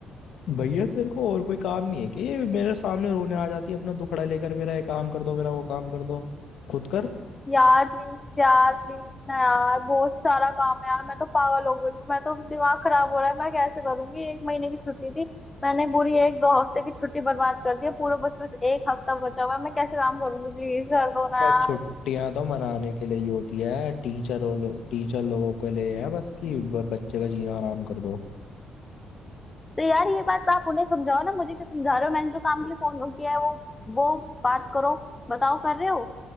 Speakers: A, on the left; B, on the left.
A: भैया तेरे को और कोई काम नहीं है कि ये मेरे सामने रोने आ जाती है अपना दुखड़ा लेकर मेरा ये काम कर दो मेरा वो काम कर दो खुद कर
B: यार प्लीज यार प्लीज ना यार बहुत सारा काम है यार मैं तो पागल हो गई हूँ मैं तो दिमाग खराब हो रहा है मैं कैसे करूंगी एक महीने की छुट्टी थी मैंने पूरी एक दो हफ्ते की छुट्टी बर्बाद कर दी है पूरा बस बस एक हफ्ता बचा हुआ है मैं कैसे काम करूंगी प्लीज कर दो ना
A: बस
B: यार
A: छुट्टियां तो मनाने के लिए ही होती है टीचर और लो, टीचर लोगों के लिए है बस कि ब- बच्चे का जीना हराम कर दो
B: तो यार ये बात तो आप उन्हें समझाओ ना मुझे क्या समझा रहे हो मैंने जो काम के लिए फोन किया है वो वो बात करो बताओ कर रहे हो